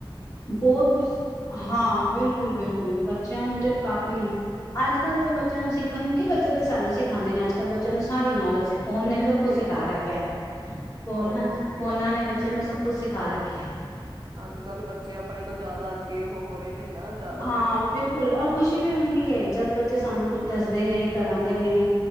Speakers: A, on the left; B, on the right.
A: ਬਹੁਤ ਕੁਛ ਹਾਂ ਬਿਲਕੁਲ ਬਿਲਕੁਲ ਬੱਚਿਆਂ ਨੂੰ ਤੇ ਕਾਪੀ ਨੂੰ ਅੱਜ ਕੱਲ ਤੇ ਬੱਚਿਆਂ ਨੂੰ ਸਿੱਖਣ ਨੂੰ ਕੀ ਬੱਚੇ ਤੇ ਸਾਨੂੰ ਸਿਖਾਉਂਦੇ ਨੇ ਅੱਜ ਕੱਲ ਬੱਚਿਆਂ ਨੂੰ ਸਾਰੀ ਨੌਲੇਜ ਫੋਨ ਨੇ ਸਭ ਕੁਛ
B: ਇਹ
A: ਸਿਖਾ
B: ਤਾਂ ਹੈ
A: ਰੱਖਿਆ ਫੋਨ
B: ਹੋਰ ਕਿਆ
A: ਫੋਨਾ ਨੇ ਬੱਚਿਆਂ ਨੂੰ ਸਭ ਕੁਛ ਸਿਖ ਖਾ ਰੱਖਿਆ
B: ਅੱਜ ਕੱਲ ਬੱਚੇ ਆਪਣੇ ਤੋਂ ਜਿਆਦਾ ਅੱਗੇ ਹੋ ਰਹੇ ਨੇ ਨਾ ਜ਼ਿਆਦਾ
A: ਹਾਂ ਬਿਲਕੁਲ ਔਰ ਖੁਸ਼ੀ ਵੀ ਹੁੰਦੀ ਜਦ ਬੱਚੇ ਸਾਨੂੰ ਕੁ ਦੱਸਦੇ ਨੇ ਕਰਾਉਦੇ ਨੇ